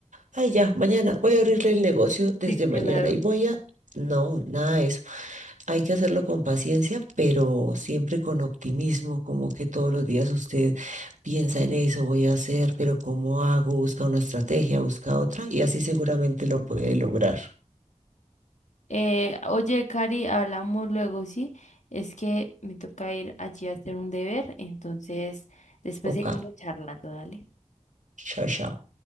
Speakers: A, on the right; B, on the left.
A: ay, ya, mañana voy a abrirle el negocio desde
B: sí,
A: mañana
B: claro.
A: y voy a... No, nada de eso. Hay que hacerlo con paciencia, pero siempre con optimismo, como que todos los días usted piensa en eso, voy a hacer, pero ¿cómo hago? Busca una estrategia, busca otra, y así seguramente lo puede lograr.
B: Eh, oye, Cari, hablamos luego, ¿sí? Es que me toca ir allí a hacer un deber, entonces después
A: Ok,
B: seguimos charlando, dale.
A: chao, chao.